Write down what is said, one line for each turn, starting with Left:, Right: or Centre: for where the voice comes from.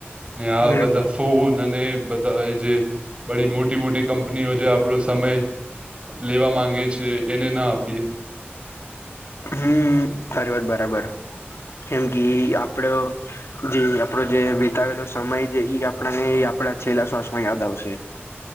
Right: ને આ
Left: હમ
Right: બધા <unintelligible> અને બધા એ જે બડી મોટી મોટી કંપનીઓ જે આપણો સમય લેવા માંગે છે એને ના આપીએ.
Left: હમ તારી વાત બરાબર કેમ કે આપડ જે આપડો જે વિતાવેલો સમય છે આપણાને આપડા છેલ્લા શ્વાસમાં યાદ આવશે.